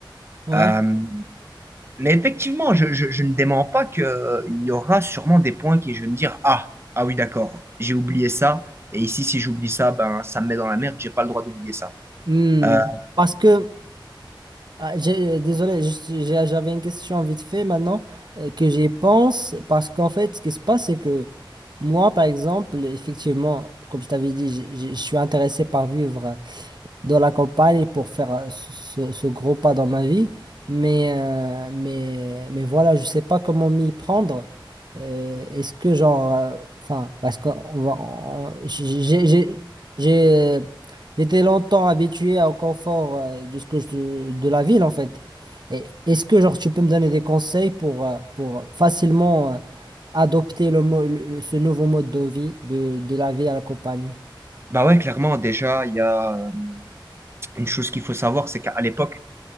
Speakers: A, on the right (about 55°); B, on the right (about 30°).
A: Ouais.
B: Euh, Mais effectivement, je, je- je ne dément pas qu'il y aura sûrement des points qui je vais me dire, ah, ah oui, d'accord, j'ai oublié ça. Et ici, si j'oublie ça, ben, ça me met dans la merde, j'ai pas le droit d'oublier ça.
A: Hmm.
B: Euh,
A: Parce que, ah, j'ai- désolé, je j'ai- j'avais une question vite fait maintenant euh, que j'y pense. Parce qu'en fait, ce qui se passe, c'est que moi, par exemple, effectivement, comme je t'avais dit, j'ai- j'ai- je suis intéressé par vivre. de la campagne pour faire euh, ce, ce- ce gros pas dans ma vie. Mais, euh, mais, mais voilà, je sais pas comment m'y prendre. Euh, est-ce que genre, euh, enfin, parce qu'on va, on- j'ai, j'ai, j'ai- j'ai- euh, j'étais longtemps habitué au confort euh, de ce que je- de la ville en fait. Et est-ce que genre tu peux me donner des conseils pour, euh, pour facilement euh, adopter le, mo- le- ce nouveau mode de vie de, de la vie à la campagne?
B: bah ouais, clairement, déjà, il y a euh, une chose qu'il faut savoir, c'est qu'à l'époque,